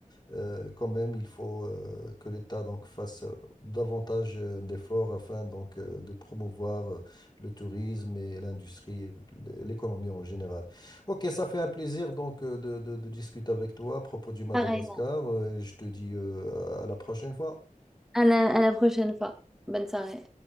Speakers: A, on the left; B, in the centre.
A: euh, quand même, il faut euh, que l'État donc fasse euh, davantage euh, d'efforts afin donc euh, de promouvoir euh, le tourisme et l'industrie, et l- l'économie en général. Ok, ça fait un plaisir donc euh, de, de- de discuter avec toi à propos du Madagascar
B: pareil.
A: euh, et je te dis euh, à la prochaine fois.
B: À la, à la prochaine fois. Bonne soirée.